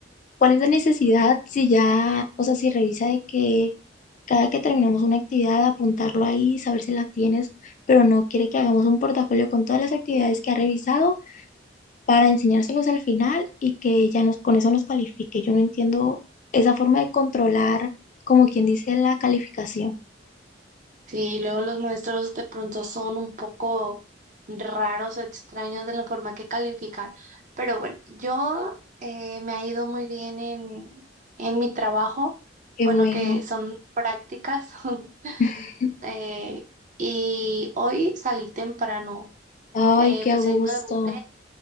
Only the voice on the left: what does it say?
¿Cuál es la necesidad si ya, o sea, si revisa de que cada que terminamos una actividad, apuntarlo ahí, saber si la tienes, pero no quiere que hagamos un portafolio con todas las actividades que ha revisado para enseñárselos al final y que ya nos, con eso nos califique? Yo no entiendo esa forma de controlar, como quien dice, la calificación.
Qué
bueno.
<laughs>
Ay,
qué
a gusto.